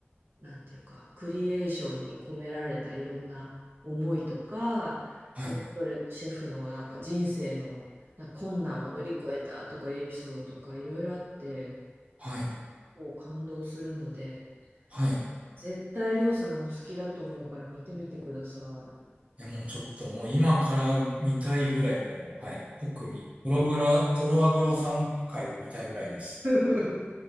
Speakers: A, on the right; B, on the right.
A: なんていうか、クリエーションに込められたいろんな思いとか、
B: はい、
A: それぞれのシェフのなんか人生のなんか困難を乗り越えたとかいうエピソードとかいろいろあって、
B: はい、
A: こう感動するので、
B: はい。
A: 絶対りょうさんお好きだと思うから見てみてください。
B: いや、もうちょっともう今から見たいぐらいもう、はい。特に、トログラ、トロワグロさん回を見たいぐらいです。
A: <laughs>